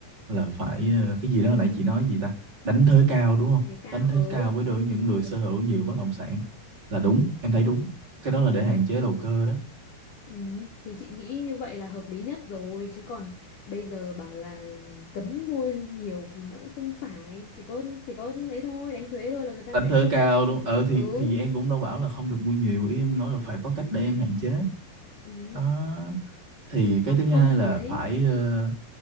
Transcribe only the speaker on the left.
thuế cao
ở
ừ, thì chị nghĩ như vậy là hợp lý nhất rồi chứ còn bây giờ bảo là cấm mua nhiều thì nó cũng không phải chỉ có chỉ có ấy thôi đánh thuế thôi là người ta
sẽ
không
ừ
ừ.
hoặc
không
thì
ấy